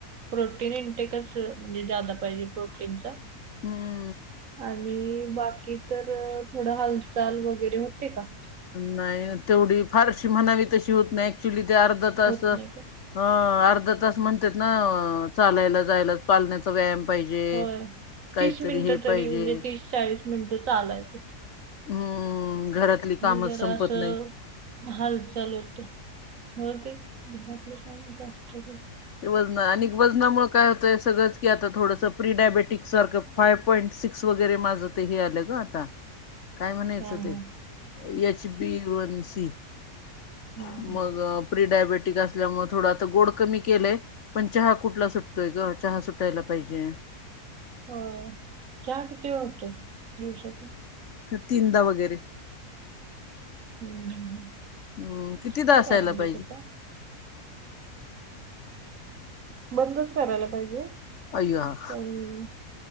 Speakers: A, on the right; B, on the left.
A: प्रोटीन इंटेकच म्हणजे जादा पाहिजे प्रोटीनचा.
B: हम्.
A: आणि बाकी तर थोडं हालचाल वगैरे होते का.
B: नाही तेवढी फारशी म्हणावी तशी होत नाही ऍक्च्युली ते अर्धा तास.
A: होत
B: हं
A: नाही
B: अर्धा तास म्हणतेत ना चालायला जायलाच. चालण्याचा व्यायाम पाहिजे
A: होय.
B: काहीतरी
A: तीस मिनिटं
B: हे
A: तरी
B: पाहिजे.
A: म्हणजे तीस चाळीस मिनिटं चालायच.
B: हम्मम घरातली कामच
A: जरा
B: संपत
A: असं
B: नाही.
A: हालचाल होतिया. हो ते घरातले काम करतो की.
B: ते वजन अनीक वजनामुळ काय होतंय सगळंच की आता थोडंसं प्री डायबेटिक्स सारखं फाइव्ह पॉईंट सिक्स वगैरे माझं ते हे आलं ग आता. काय म्हणायचं
A: हा
B: ते
A: हा
B: एच बी वन सी
A: हम्म
B: मग प्रिडायबटिक अस ल्या मुळ थोडा आता गोड कमी केलंय पण चहा कुठला सुटतोय ग चहा सुटायला पाहिजे.
A: होय चहा किती वेळा होतोय दिवसातून?
B: तिनदा वगैरे.
A: हम्म,
B: हम्म कितीदा
A: ठीक
B: असायला
A: आय म्हणजे
B: पाहिजे
A: तस. बंदच करायला पाहिजे.
B: अय्यो हा
A: पण,